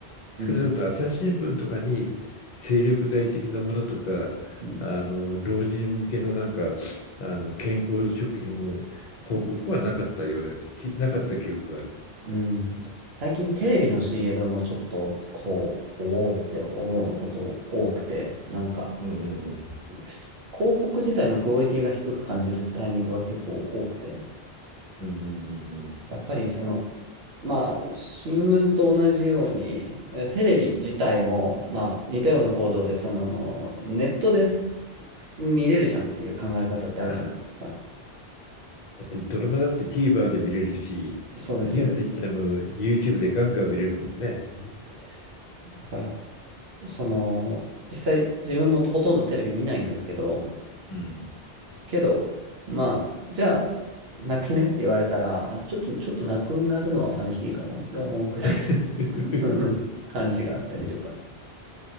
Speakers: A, on the left; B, on the right.
A: 少なくとも朝日新聞とかに精力剤的なものとか、
B: ん、うん、
A: あの、老人向けのなんか、あの、健康食品の広告はなかったような、
B: うん、
A: きなかった記憶がある。
B: うん最近テレビの CM もちょっと、こう、おおって思うこと多くて、なんか、
A: うんうんうん。
B: し広告自体のクオリティが低く感じるタイミングが結構多くて、
A: うんうんうん
B: やっぱりその、まあ、新聞と同じように、えテレビ自体も、まあ、似たような構造で、その、ネットで見れるじゃんっていう考え方ってあるじゃないですか。
A: うん。だってドラマだって TVer で見れるし、
B: そうです、
A: ニュース自体も
B: そうです。
A: YouTube でガンガン見れるもんね。
B: うんだから、その、実際自分もほとんどテレビ見ないんですけど、
A: うん。
B: けど、まあ、じゃあ、なくすねって言われたら、あちょっと、ちょっとなくなるのは寂しいかもって思うくらい
A: <laughs>
B: の <laughs> 感じがあったりとか。